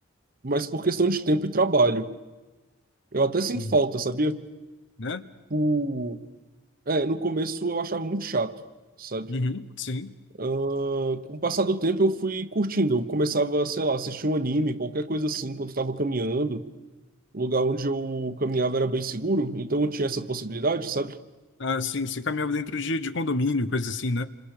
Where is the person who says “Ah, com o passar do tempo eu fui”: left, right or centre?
Right